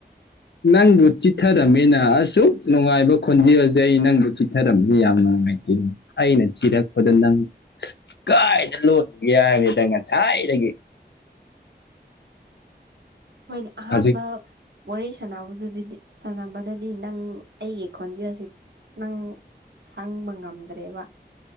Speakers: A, on the left; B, on the right.
A: ꯅꯪꯕꯨ ꯆꯤꯊꯔꯝꯃꯤꯅ ꯑꯁꯨꯛ ꯅꯨꯡꯉꯥꯏꯕ ꯈꯣꯟꯖꯦꯜꯁꯦ ꯑꯩ ꯅꯪꯕꯨ ꯆꯤꯊꯔꯝꯅꯤ ꯌꯥꯝ ꯅꯨꯡꯉꯥꯏ ꯑꯩꯅ ꯊꯤꯔꯛꯄꯗ ꯅꯪ ꯀꯥꯏꯗ ꯂꯣꯟꯂꯨꯒꯦ ꯍꯥꯏꯕꯅꯤꯗ ꯉꯁꯥꯏꯗꯒꯤ
B: ꯍꯣꯏꯅꯦ ꯑꯍꯥꯟꯕ
A: ꯍꯧꯖꯤꯛ
B: ꯋꯥꯔꯤ ꯁꯥꯟꯅꯕꯗꯨꯗꯤꯗꯤ ꯁꯥꯟꯅꯕꯗꯗꯤ ꯅꯪ ꯑꯩꯒꯤ ꯈꯣꯟꯖꯦꯜꯁꯤ ꯅꯪ ꯈꯪꯕ ꯉꯝꯗ꯭ꯔꯦꯕ